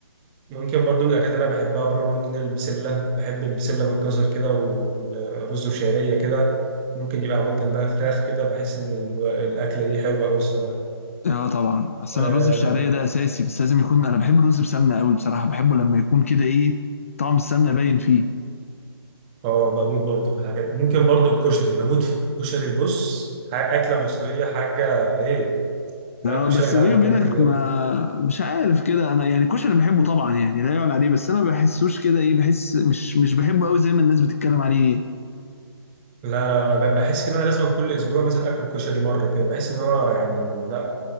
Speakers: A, on the right; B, on the left.
A: ممكن برضو من الأكلات اللي أنا بحبها برضو ممكن البسلة بحب البسلة بالجزر كده والرز وشعرية كده ممكن يبقى معمول جنبها فراخ كده بحس إن ال- الأكلة دي حلوة أوي الصراحة
B: اه طبعا بس
A: آه
B: انا الرز بالشعريه ده اساسي بس لازم يكون انا بحب الرز بسمنه قوي بصراحه بحبه لما يكون كده ايه طعم السمنه باين فيه
A: آه، بموت برضو في الحاجات ممكن برضو الكشري بموت في الكشري بص ح- أكلة مصرية حاجة إيه لا
B: اه
A: الكشري
B: بس
A: يا جدعان
B: بيني
A: بجد
B: وبينك ما مش عارف كده انا يعني الكشري بحبه طبعا يعني لا يعلى عليه بس انا ما بحسوش كده ايه بحس مش مش بحبه قوي زي ما الناس بتتكلم عليه
A: لا لا أنا ب- بحس كده أنا لازم كل أسبوع مثلا آكل كشري مرة كده بحس إن هو يعني لا